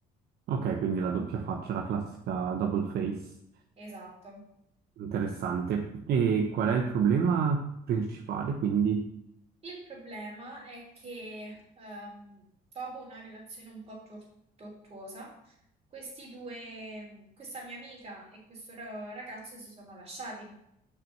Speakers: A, on the right (about 65°); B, on the right (about 40°).
A: Ok, quindi la doppia faccia, la classica double face.
B: Esatto.
A: Interessante. E qual è il problema principale, quindi?
B: Il problema è che ehm, dopo una relazione un po' tor- tortuosa, questi due, questa mia amica e questo ra- ragazzo si sono lasciati.